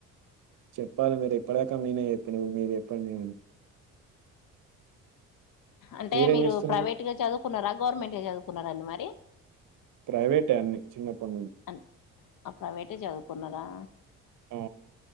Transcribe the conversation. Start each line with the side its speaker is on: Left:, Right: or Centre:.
Right: చెప్పాలి మీరు ఇప్పడకం నేనే చెప్పినిగా మీరు చేప్పండి
Left: అంటే
Right: మీరేం
Left: మీరు
Right: చేస్తున్నారు
Left: ప్రైవేట్గా చదువుకున్నారా గవర్నమెంటే చదువుకున్నారాండి మరి
Right: ప్రైవేటే అన్ని చిన్నప్పుడు
Left: అ అప్రవేటే చదువుకున్నారా
Right: ఆ,